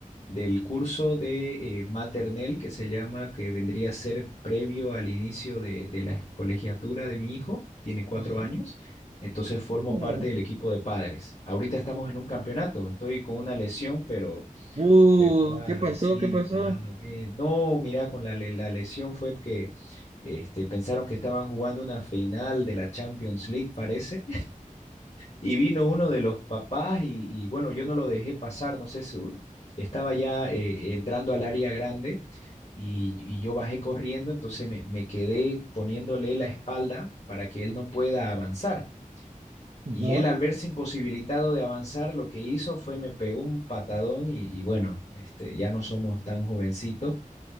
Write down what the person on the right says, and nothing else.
Ajá.
Oh.
Uh,
¿qué pasó?
¿Qué pasó?
Ajá.